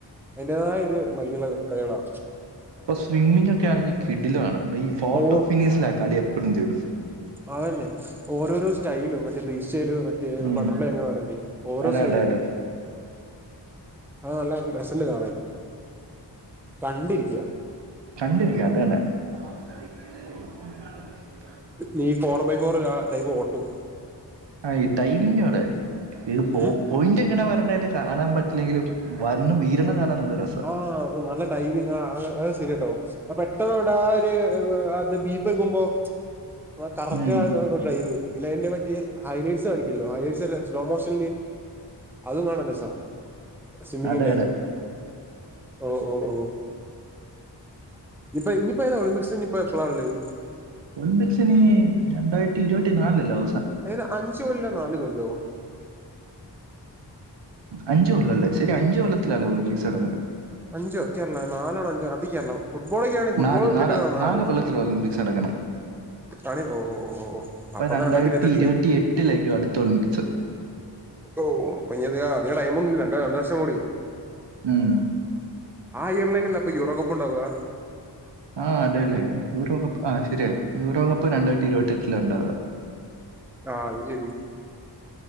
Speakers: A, in the centre; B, on the right.
A: അതിന്റേതായ ഒരു ഭയങ്കര വഴക്കാളികളാ
B: ഇപ്പൊ സ്വിമ്മിംഗ ഒക്കെ ആണെങ്കിൽ കിടിലാണ് ഈ ഫോട്ടോ
A: ഓ
B: ഫിനീഷില കളി എപ്പോഴും തേടും
A: അതന്നെ ഓരോരോ സ്റ്റൈലും മറ്റേ ഫ്രീ സ്റ്റൈല് മറ്റ
B: ഉം
A: ബട്ടർഫ്ലൈ എങ്ങാ വരണ്ടേ ഓരോ
B: അതെ
A: സെലും
B: അതെ അതെ
A: ആഹ് നല്ല രസണ്ട് കാണാൻ കണ്ടിരിക്കും
B: കണ്ടിരിക്ക അതനെ <unintelligible>
A: ഇനി four by four ah time ഓട്ടോ
B: ആഹ് ഈ ഡൈവിങ്ങാണ് ഇത് പോ
A: ഉം
B: പോയിന്റ് എങ്ങനാ വരണ്ടെ കാണാൻ പറ്റില്ലെങ്കിലും വന്ന് വീഴണ കാണാൻ നല്ല രസാ
A: ആഹ് <unintelligible> ടൈമിങ് ആഹ് അത് ശെരിയ കേട്ടോ അപ്പൊ പെട്ടന്ന് നമ്മടെ ആഹ് ഒരു ആഹ് ബീപ്പ് കേക്കുമ്പോ ആഹ് കറക്റ്റ്
B: ഉം
A: ഡ്രൈവ് പിന്നെ അതിന്റെ പറ്റി ഹൈ ലൈറ്റ്സ് കാണിക്കല്ലോ ഹൈ ലൈറ്റ്സ് അല്ല സ്ലോ മോഷൻലി അതും കാണല്ലേ രസാ സ്വിമ്മിങ്ങിന്റെ
B: അതെ അതെ
A: ഓഹ് ഓഹ് ഓഹ് ഇപ്പ ഇനിപ്പതാ ഒളിമ്പിക്സ് ഇനിപ്പ എപ്പള ഇള്ളത്
B: ഒളിമ്പിക്സ് ഇനി രണ്ടായിരത്തി ഇരുപത്തി നാലിലല്ലോ
A: ഏത് അഞ്ച് കൊല്ലോ നാല് കൊല്ലോ
B: അഞ്ച് കൊല്ലം അല്ലേ ശരി അഞ്ച് കൊല്ലത്തിലാല്ലേ ഒളിമ്പിക്സ് നടക്കുന്നേ
A: അഞ്ചോ കേരള നാലാണ് അഞ്ചോ അതി കേരള ഫുട്ബോളൊക്കെയണെങ്ക ഫുട്ബോൾ
B: നാല്
A: ക്രിക്കറ്റ്
B: നാല് നാല് കൊല്ലത്തില
A: <unintelligible>
B: <unintelligible>
A: ആണ് ഓ ഓ ഓ ഓ
B: ഇപ്പൊ
A: അപ്പൊന്നാ
B: രണ്ടായിരത്തി
A: ഇരുപത്തെട്ടില്
B: ഇരുപത്തി എട്ടിലേക്കോ അടുത്ത ഒളിമ്പിക്സ് <inaudible>
A: ഓഹ് ഇനിത് അധിക ടൈം ഒന്നുമില്ല രണ്ട് രണ്ട വർഷം കൂടി
B: ഉം
A: ആ ഇയർല്ന്നെ അല്ലേ അപ്പ യൂറോകപ്പ് ഉണ്ടാവുക
B: ആഹ് അതേല്ലെ യൂറോകപ്പ് ആ ശരിയ യൂറോകപ്പ് രണ്ടായിരത്തി ഇരുപത്തി എട്ടിലാ ഉണ്ടാവുക
A: ആഹ് അത് ശരി